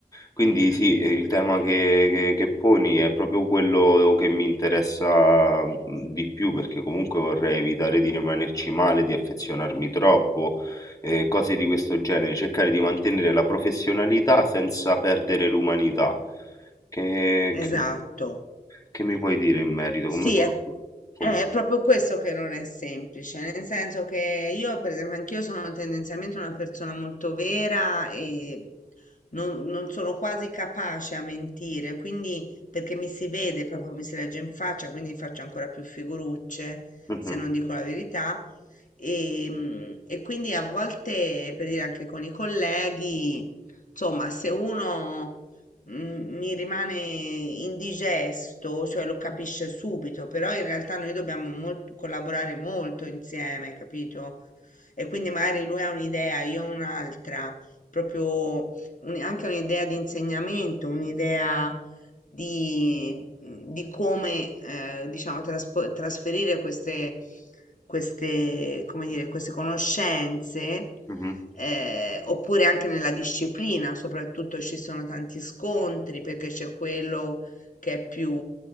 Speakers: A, on the left; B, on the left.
A: Quindi sì, eh, il tema che, che- che poni è proprio quello che mi interessa mh, di più, perché comunque vorrei evitare di rimanerci male, di affezionarmi troppo, eh, cose di questo genere, cercare di mantenere la professionalità senza perdere l'umanità. Che, che-
B: Esatto.
A: che mi puoi dire in merito?
B: Sì,
A: Come faccio?
B: è,
A: Com-
B: eh, è proprio questo che non è semplice, nel senso che io, per esempio, anch'io sono tendenzialmente una persona molto vera e non, non sono quasi capace a mentire, quindi perché mi si vede, proprio mi si legge in faccia, quindi faccio ancora più figurucce
A: Mhm,
B: se non dico la verità. E, mm, e quindi a volte, per dire anche con i colleghi, insomma, se uno mm, mi rimane indigesto, cioè lo capisce subito, però in realtà noi dobbiamo molt- collaborare molto insieme, capito? E quindi magari lui ha un'idea, io un'altra, proprio un- anche un'idea di insegnamento, un'idea di, mhmm, di come eh, diciamo traspo- trasferire queste, queste, come dire, queste conoscenze
A: mhm,
B: eh, oppure anche nella disciplina, soprattutto ci sono tanti scontri perché c'è quello che è più